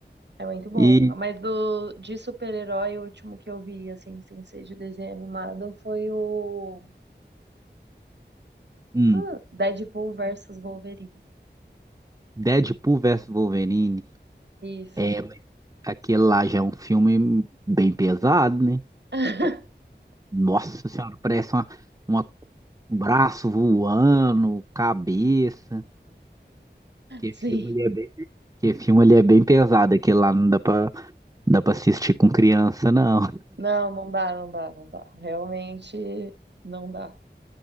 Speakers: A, on the right (about 70°); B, on the right (about 20°).
A: É muito bom.
B: E
A: Mas do, de super-herói, o último que eu vi, assim, sem ser de desenho animado, foi o
B: hum,
A: Uh, Deadpool versus Wolverine.
B: Deadpool versus Wolverine.
A: Isso.
B: É, mas aquele lá já é um filme bem pesado, né?
A: <laughs>
B: Nossa Senhora, parece uma, uma um braço voando, cabeça. Que
A: Sim.
B: filme ele é bem, que filme ele é bem pesado, aquele lá não dá pra, não dá pra assistir com criança, não.
A: Não, não dá, não dá, não dá. Realmente não dá.